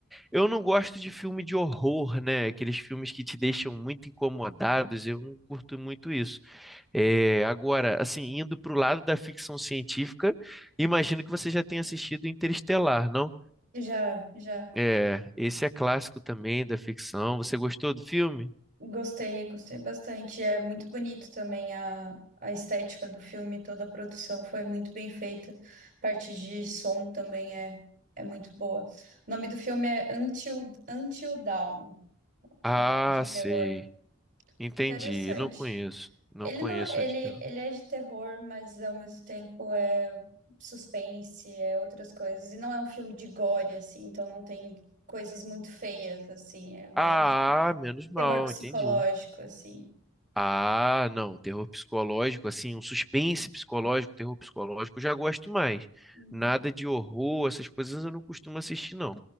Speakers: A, in the centre; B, on the right.
A: eu não gosto de filme de horror, né? Aqueles filmes que te deixam muito incomodados. Eu não curto muito isso. É, agora, assim, indo para o lado da ficção científica, imagino que você já tenha assistido Interestelar, não?
B: Já, já
A: É, esse é clássico também da ficção. Você gostou do filme?
B: gostei, gostei bastante. É muito bonito também a, a estética do filme, toda a produção foi muito bem feita. Parte de som também é, é muito boa. O nome do filme é Until, Until Dawn,
A: Ah,
B: o de
A: sei.
B: terror.
A: Entendi,
B: Interessante.
A: não conheço. Não
B: Ele
A: conheço
B: não, ele,
A: de terror.
B: ele é de terror, mas ao mesmo tempo é suspense, é outras coisas. E não é um filme de gore, assim, então não tem coisas muito feias, assim, é mais
A: Ah, menos mal,
B: terror psicológico,
A: entendi.
B: assim.
A: Ah, não, terror psicológico, assim, um suspense psicológico, terror psicológico, eu já gosto mais.
B: Hum,
A: Nada de horror, essas coisas eu não costumo assistir, não.